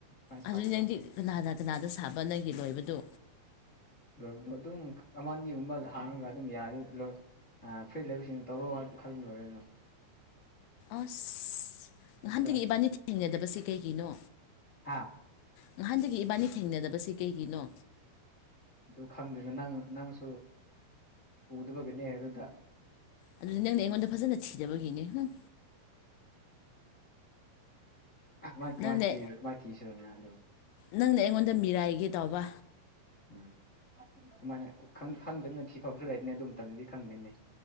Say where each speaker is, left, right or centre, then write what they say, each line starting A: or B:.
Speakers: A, on the left (about 40°); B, on the left (about 80°).
A: ꯀꯃꯥꯏꯅ
B: ꯑꯗꯨꯗꯤ
A: ꯁꯥꯒꯦꯔꯣ
B: ꯅꯪꯗꯤ ꯀꯅꯥꯅ ꯀꯅꯥꯗ ꯁꯥꯕ ꯅꯪꯒꯤ ꯂꯣꯏꯕꯗꯨ
A: ꯂꯣꯏꯕꯗꯣ ꯑꯗꯨꯝ ꯀꯥ ꯑꯃꯅꯤꯒꯨꯝꯕ ꯂꯥ ꯍꯥꯡꯉꯒ ꯑꯗꯨꯝ ꯌꯥꯅꯤ ꯂꯣꯏ__ ꯑꯥ ꯐ꯭ꯔꯤ ꯂꯩꯕꯁꯤꯡꯅ ꯇꯧꯔꯣꯑꯣ ꯍꯥꯏꯗꯤ ꯈꯜ ꯂꯣꯏꯔꯦꯅꯥ__
B: ꯑꯁ
A: ꯑꯗꯨꯗ
B: ꯅꯍꯥꯟꯗꯒꯤ ꯏꯕꯥꯅꯤ ꯊꯦꯡꯅꯗꯕꯁꯤ ꯀꯩꯒꯤꯅꯣ
A: ꯍꯥꯥ
B: ꯑ ꯅꯍꯥꯟꯗꯒꯤ ꯏꯕꯥꯅꯤ ꯊꯦꯡꯅꯗꯕꯁꯦ ꯀꯩꯒꯤꯅꯣ
A: ꯑꯗꯨ ꯈꯪꯗꯦꯅ ꯅꯪ ꯅꯪꯁꯨ ꯎꯗꯕꯒꯤꯅꯦ ꯑꯗꯨꯗ
B: ꯑꯗꯨꯗꯤ ꯅꯪꯅ ꯑꯩꯉꯣꯟꯗ ꯐꯖꯅ ꯊꯤꯗꯕꯒꯤꯅꯦ ꯍꯨꯡ
A: ꯀꯃꯥꯏ ꯀꯃꯥꯏ
B: ꯅꯪꯅ
A: ꯊꯤꯔ ꯀꯃꯥꯏ ꯊꯤꯁꯤꯔꯣꯅꯦ ꯍꯥꯗꯣ
B: ꯅꯪꯅ ꯑꯩꯉꯣꯟꯗ ꯃꯤꯔꯥꯏꯒꯦ ꯇꯧꯕ
A: ꯎꯝ ꯑꯗꯨꯃꯥꯏꯅ ꯈꯪ ꯈꯪꯗꯦꯅ ꯊꯤꯐꯝꯁꯨ ꯂꯩꯗꯅꯦ ꯑꯗꯨ ꯃꯇꯝꯗꯨꯗꯤ ꯈꯪꯗꯦꯅꯦ